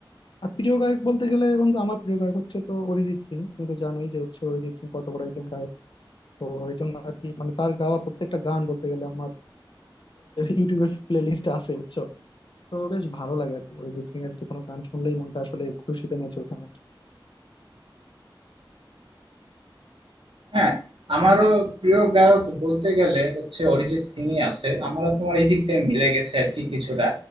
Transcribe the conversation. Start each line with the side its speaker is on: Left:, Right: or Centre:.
Left: আর প্রিয় গায়ক বলতে গেলে বন্ধু আমার প্রিয় গায়ক হচ্ছে তো অরিজিৎ সিং তুমি তো জানোই যে হচ্ছে অরিজিৎ সিং কত বড় একজন গায়ক তো এই জন্য আর কি মানে তার গাওয়া প্রত্যেকটা গান বলতে গেলে আমার ইউটিউবের প্লে লিস্টে আছে বুঝছো তো বেশ ভালো লাগে আর কি অরিজিৎ সিং এর যে কোনো গান শুনলেই মনটা আসলে খুশিতে নেচে ওঠে আমার
Right: হ্যাঁ আমারও প্রিয় গায়ক বলতে গেলে হচ্ছে অরিজিৎ সিংই আছে আমরা তোমার এই দিক থেকে মিলে গেছে আর কি কিছুটা